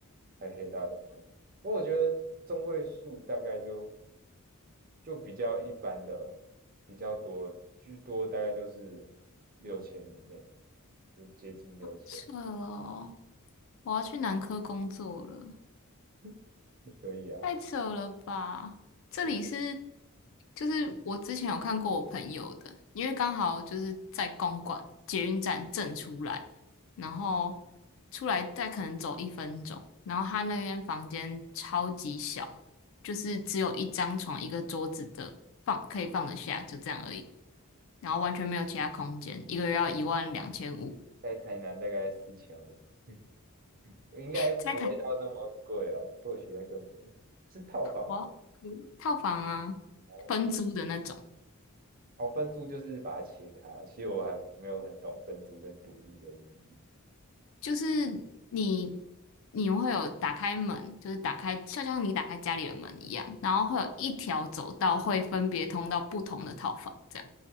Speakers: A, on the right; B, on the left.
A: 才可以到六千。不过我觉得中位数大概就就比较一般的，比较多，居多大概就是六千以内，就接近六千
B: 这哦，我要去男科工作了。
A: <laughs>，也可以啊。
B: 太扯了吧！
A: 真的，
B: 这里是，就是我之前有看过我朋友的，因为刚好就是在公馆捷运站正出来，然后出来再可能走一分钟，然后他那间房间超级小，就是只有一张床一个桌子的放可以放得下，就这样而已，然后完全没有其他空间，一个月要一万两千五，
A: 在台南大概四千五，<laughs> 应该不会到那么贵哦，
B: 在台
A: 或许会更便宜。是套房吗？
B: 湾 <laughs> 套房啊，
A: 哦，
B: 分租的那种。
A: 哦，分租就是把它切开啊。其实我还没有很懂分租跟独立的意义。
B: 就是你你会有打开门，就是打开，就像你打开家里的门一样，然后会有一条走道会分别通到不同的套房，这样。